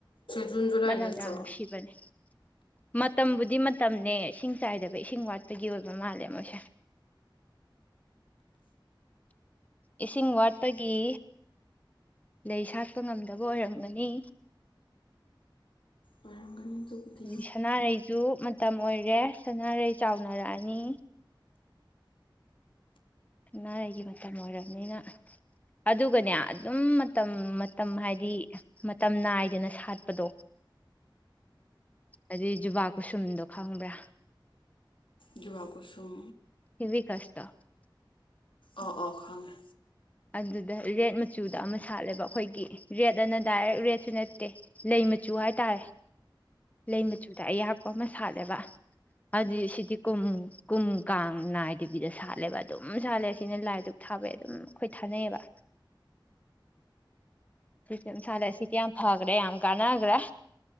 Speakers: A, on the left; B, on the left.
A: ꯖꯨꯟ ꯖꯨꯂꯥꯏ
B: ꯃꯅꯝ
A: ꯅꯠꯇ꯭ꯔꯣ
B: ꯌꯥꯝ ꯅꯨꯡꯁꯤꯕꯅꯦ ꯃꯠ ꯇꯝꯕꯨꯗꯤ ꯃꯇꯝꯅꯦ ꯏꯁꯤꯡ ꯆꯥꯏꯗꯕ ꯏꯁꯤꯡ ꯋꯥꯠꯄꯒꯤ ꯑꯣꯏꯕ ꯃꯥꯜꯂꯦ ꯃꯣꯏꯁꯦ ꯏꯁꯤꯡ ꯋꯥꯠꯄꯒꯤ ꯂꯩ ꯁꯥꯠꯄ ꯉꯝꯗꯕ ꯑꯣꯏꯔꯝꯒꯅꯤ
A: ꯑꯣꯏꯔꯝꯒꯅꯤ ꯑꯗꯨꯕꯨꯗꯤ
B: ꯍꯥꯏꯗꯤ ꯁꯅꯥꯔꯩꯁꯨ ꯃꯇꯝ ꯑꯣꯏꯔꯦ ꯁꯅꯥꯔꯩ ꯆꯥꯎꯅꯔꯛꯑꯅꯤ ꯁꯅꯥꯔꯩꯒꯤ ꯃꯇꯝ ꯑꯣꯏꯔꯕꯅꯤꯅ ꯑꯗꯨꯒꯅꯦ ꯑꯗꯨꯝ ꯃꯇꯝ ꯃꯇꯝ ꯍꯥꯏꯗꯤ ꯃꯇꯝ ꯅꯥꯏꯗꯅ ꯁꯥꯠꯄꯗꯣ ꯑꯗꯨꯏ ꯖꯨꯕꯥ ꯀꯨꯁꯨꯝꯗꯣ ꯈꯪꯕ꯭ꯔꯥ
A: ꯖꯨꯕꯥ ꯀꯨꯁꯨꯝ
B: ꯍꯤꯚꯤ ꯀꯁꯇꯇꯣ
A: ꯑꯣ ꯑꯣ ꯈꯪꯉꯦ
B: ꯑꯗꯨꯗ ꯔꯦꯠ ꯃꯆꯨꯗ ꯑꯃ ꯁꯥꯠꯂꯦꯕ ꯑꯩꯈꯣꯏꯒꯤ ꯔꯦꯠ ꯑꯅ ꯗꯥꯏꯔꯦꯛ ꯔꯦꯠꯁꯨ ꯅꯠꯇꯦ ꯂꯩ ꯃꯆꯨ ꯍꯥꯏꯇꯥꯔꯦ ꯂꯩ ꯃꯆꯨꯗ ꯑꯌꯥꯛꯄ ꯑꯃ ꯁꯥꯠꯂꯦꯕ ꯑꯗꯨ ꯁꯤꯗꯤ ꯀꯨꯝ ꯀꯨꯝ ꯀꯥꯡ ꯅꯥꯏꯗꯕꯤꯗ ꯁꯥꯠꯂꯦꯕ ꯑꯗꯨꯝ ꯁꯥꯠꯂꯦ ꯁꯤꯅ ꯂꯥꯏꯗꯨꯛ ꯊꯥꯕꯩ ꯑꯗꯨꯝ ꯑꯩꯈꯣꯏ ꯊꯥꯅꯩꯌꯦꯕ ꯑꯟꯏꯟꯇꯦꯜꯂꯤꯖꯦꯕꯜ ꯑꯁꯤꯗꯤ ꯌꯥꯝ ꯐꯈ꯭ꯔꯦ ꯌꯥꯝ ꯀꯥꯟꯅꯈ꯭ꯔꯦ